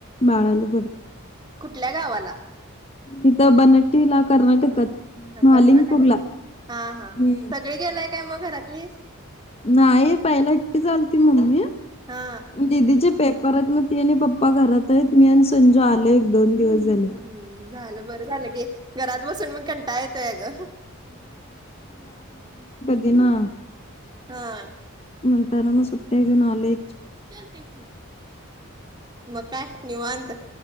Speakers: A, on the left (about 25°); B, on the right (about 20°).
A: बाळाला
B: कुठल्या गावाला
A: तिथं बनट्टीला, कर्नाटकात,
B: हा
A: महालिंगपूरला
B: कर्नाटकांत-हा हा
A: हम्म
B: सगळी गेलाय काय मग घरातली
A: नाही पाहिला एकटीच मम्मी
B: हा
A: दिदीचे पेपर परत मग ती आणि पप्पा घरात आहेत मी आणि संजू आलो एक दोन दिवस झाले
B: हम्म झालं बरं झालं की ् घरात बसून मग कंटाळा येतोय ग
A: ते ना
B: हा
A: म्हणताना मग सुट्टया घेऊन आले
B: ते मग काय निवांत